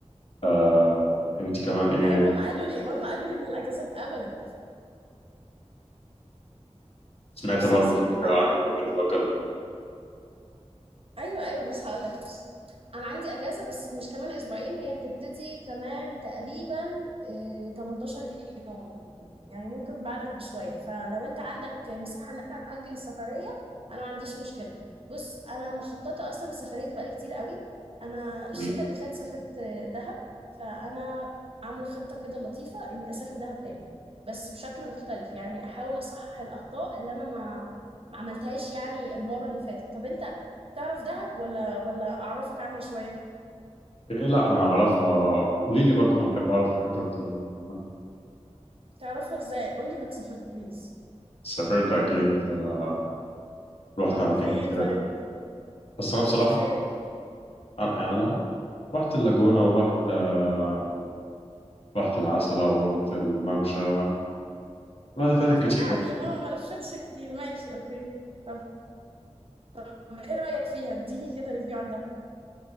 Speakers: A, on the left; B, on the right.
A: آه انت كمان ايه
B: ايوه ماما قالوا لي ماما قالوا لي ان الاجازات اتقبلت
A: سمعت
B: بص
A: برضه
B: يا سيدي
A: ان انت
B: انا
A: بقى عندك اجازه وكده
B: ايوه ايوه بص هقول لك بص انا عندي اجازه بس مش كمان اسبوعين هي هتبتدي كمان تقريبا آه، 18 يوم يعني ممكن بعدك بشويه فلو انت عندك مساحه ان احنا ناجل السفريه انا ما عنديش مشكله بص انا مخططه اصلا السفريه دي بقالي كتير قوي انا الشتاء
A: م.
B: اللي فات سافرت آه، دهب فانا عامله خطه كده لطيفه اني اسافر دهب تاني بس بشكل مختلف يعني احاول اصحح الاخطاء اللي انا ما ما عملتهاش يعني المره اللي فاتت طب انت تعرف دهب ولا ولا اعرفك عنها شوية
A: ايه لا انا اعرفها قولي لي برضه انا بحب اعرف حاجات اكتر منها.
B: تعرفها ازاي قولي انك سافرت بليز
A: سافرت اكيد آه رحت
B: اوكي
A: اماكن كتير
B: طيب
A: بس انا
B: رحت
A: بصراحه
B: فين
A: انا أنا رحت اللاجونه ورحت آه رحت العسله ورحت الممشى الوقت فاتت
B: اوكي
A: كتير بقى.
B: يعني اه ما لفتش كتير ماشي اوكي طب طب ايه رأيك فيها اديني كده ريفيو عن دهب